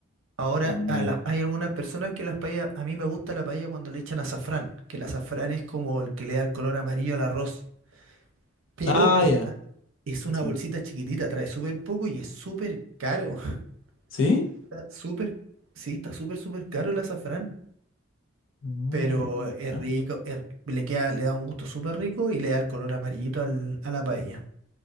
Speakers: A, on the right (about 70°); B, on the left (about 70°).
A: Ahora,
B: nada.
A: a la- hay algunas personas que las paellas, a mí me gusta la paella cuando le echan azafrán, que el azafrán es como el que le da el color amarillo al arroz. pero
B: Ah,
A: está,
B: ya.
A: es una
B: Sí.
A: bolsita chiquitita, trae súper poco y es súper caro. <laughs>
B: ¿Sí?
A: Está súper, sí, está súper, súper caro el azafrán,
B: No
A: pero
B: tenía idea.
A: es rico, es- le queda, le da un gusto súper rico y le da el color amarillito al- a la paella.